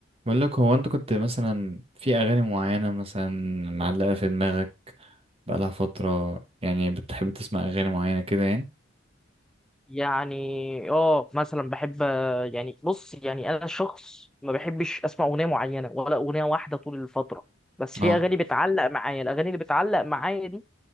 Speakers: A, on the right (about 30°); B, in the centre.
A: بقول لك هو انت كنت مثلا في اغاني معينه مثلا معلقه في دماغك بقالها فتره يعني بتحب تسمع اغاني معينه كده يعني
B: يعني اه مثلا بحب يعني بص يعني انا شخص ما بحبش اسمع اغنيه معينه ولا اغنيه واحده طول الفتره بس في
A: اه
B: اغاني بتعلق معايا الاغاني اللي بتعلق معايا دي